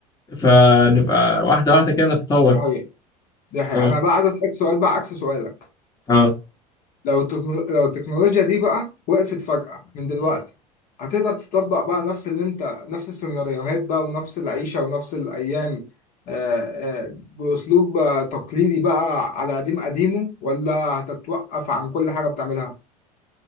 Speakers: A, on the left; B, on the left.
A: فنبقى واحدة واحدة كده نتطور
B: دي حقيقة دي حقيقة
A: اه
B: أنا بقى عايز أسألك سؤال بقى عكس سؤالك
A: اه
B: لو التكنو... لو التكنولوجيا دي بقى وقفت فجأة من دلوقتي هتقدر تطبق بقى نفس اللي انت نفس السيناريوهات بقى ونفس العيشة ونفس الأيام آه، آه، بأسلوب آه، تقليدي بقى على قديم قديمه ولا هتتوقف عن كل حاجة بتعملها